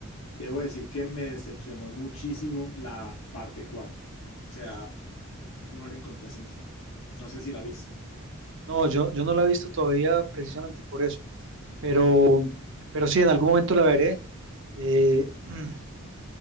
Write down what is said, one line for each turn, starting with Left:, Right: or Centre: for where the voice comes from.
Left: debo decir que me decepcionó muchísimo la parte cuatro O sea, no le encontré sentido. No sé si la viste.
Right: No, yo, yo no la he visto todavía precisamente por eso, pero, pero sí, en algún momento la veré. Eh, <clears throat>